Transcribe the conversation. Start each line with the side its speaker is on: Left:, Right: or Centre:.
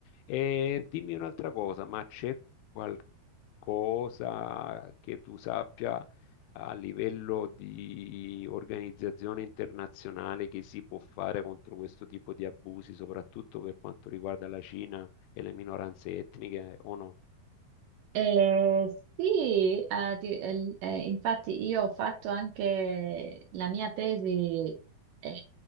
Left: E dimmi un'altra cosa, ma c'è qualcosa che tu sappia a livello di organizzazione internazionale che si può fare contro questo tipo di abusi, soprattutto per quanto riguarda la Cina e le minoranze etniche o no?
Right: Eh, sì, eh, ti- eh, eh, infatti io ho fatto anche la mia tesi eh,